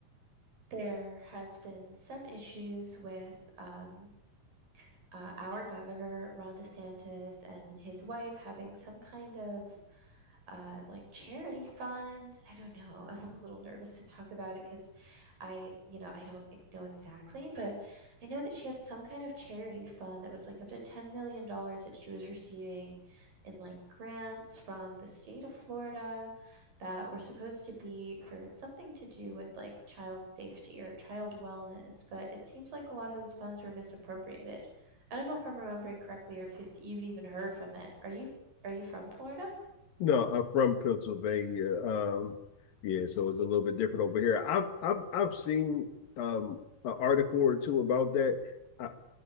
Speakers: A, on the right; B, on the left.
A: there has been some issues with um, uh, our governor Ron DeSantis and his wife having some kind of uh, like charity fund. I don't know. <laughs> I'm a little nervous to talk about it because I, you know, I don't know exactly, but I know that she had some kind of charity fund that was like up to $10 million dollars that she was receiving in like grants from the state of Florida that were supposed to be for something to do with like child safety or child wellness. But it seems like a lot of those funds were misappropriated. I don't know if I'm remembering correctly or if if you've even heard from it. Are you are you from Florida?
B: No, I'm from Pennsylvania. Um, yeah, so it's a little bit different over here. I've I've I've seen um, an article or two about that. I,